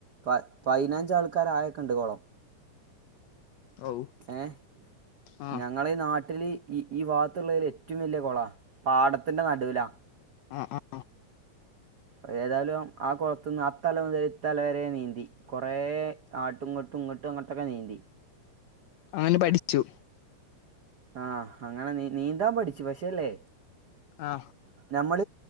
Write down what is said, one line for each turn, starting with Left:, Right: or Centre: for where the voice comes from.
Right: പയ് പയ്നഞ്ച് ആൾക്കാരെ ആയക്കെണ്ട് കൊളം
Left: ഓ
Right: ഏഹ്
Left: ആ
Right: ഞങ്ങളീ നാട്ടിൽ ഈ ഈ ഭാത്തുള്ളതിൽ ഏറ്റവും വലിയ കൊളാ പാടത്തിൻ്റെ നടൂലാ.
Left: അ ആഹ്.
Right: അതേതായാലും ആ കൊൾത്ത്ന്ന് അത്തല മുതൽ ഇത്തലവരെ നീന്തി. കൊറേ ആട്ടും ഇങ്ങട്ടും ഇങ്ങൊട്ടും അങ്ങാട്ടൊക്കെ നീന്തി.
Left: അനെ പഠിച്ചു
Right: ആഹ് അങ്ങനെ നീ നീന്താൻ പഠിച്ചു പക്ഷേല്ലേ.
Left: ആ
Right: നമ്മൾ